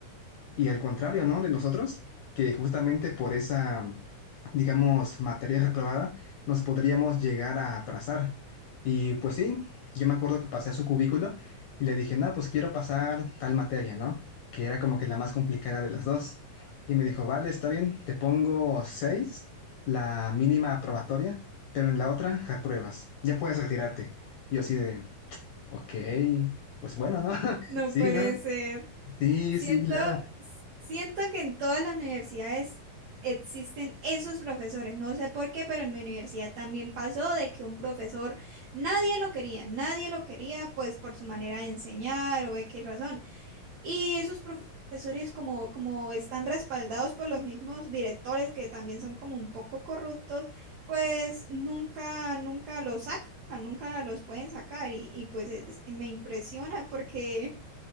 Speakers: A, on the left (about 80°); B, on the right (about 75°).
A: Y al contrario, ¿no? De nosotros, que justamente por esa, digamos, materia reprobada, nos podríamos llegar a atrasar. Y pues sí, yo me acuerdo que pasé a su cubículo y le dije, no, pues quiero pasar tal materia, ¿no? Que era como que la más complicada de las dos. Y me dijo, vale, está bien, te pongo seis, la mínima aprobatoria, pero en la otra repruebas, ya puedes retirarte. Y yo así de, ok, pues bueno, ¿no? <laughs>
B: No
A: Sí,
B: puede
A: ¿no?
B: ser.
A: Sí,
B: Siento,
A: sí, claro.
B: siento que en todas las universidades existen esos profesores. No sé por qué, pero en mi universidad también pasó de que un profesor nadie lo quería, nadie lo quería, pues por su manera de enseñar o X razón. Y esos profesores como, como están respaldados por los mismos directores que también son como un poco corruptos, pues nunca, nunca los sacan, nunca los pueden sacar. Y, y pues es- me impresiona porque